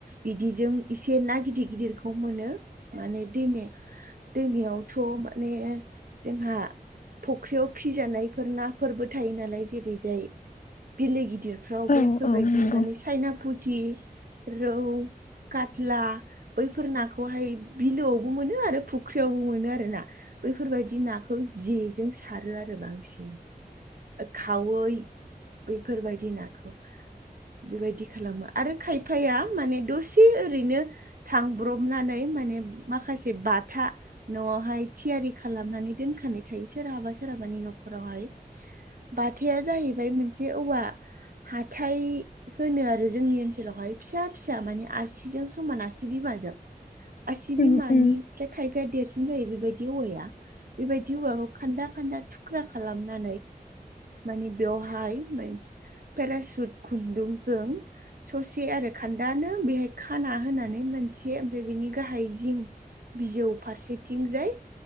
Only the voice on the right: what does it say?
बिदिजों इसे ना गिदिर गिदिरखौ मोनो माने दैमाया दैमायावथ' माने जोंहा फख्रियाव फिजानायफोर नाफोरबो थायो नालाय जेरैजाय बेले गिदिरफ्राव बैफोरबायदि
माने सायना फुथि रौ खातला बैफोर नाखौहाय बिलोआवबो मोनो आरो फुख्रियावबो मोनो आरो ना बैफोरबायदि नाखौ जेजों सारो आरो बांसिन खावै बेफोरबायदि नाखौ बेबायदि खालामो आरो खायफाया माने दसे ओरैनो थांब्रबनानै माने माखासे बाथा न'आवहाय थियारि खालामनानै दोनखानाय थायो सोरहाबा सोरहाबानि न'खरावहाय बाथाया जाहैबाय मोनसे औवा हाथाइ होनो आरो जोंनि ओनसोलावहाय फिसा फिसा माने आसिजों समान आसि बिमाजों आसि बिमानि
ओमफ्राय खायफाया देरसिन जायो बेबायदि औवाया बेबायदि औवाखौ खान्दा खान्दा थुख्रा खालामनो नानै बेवहाय पेरासुट खुन्दुंजों ससे आरो खान्दानो बेहाय खाना होनानै मोनसे ओमफ्राय बिनि गाहाय जिं बिजौ फारसेथिंजाय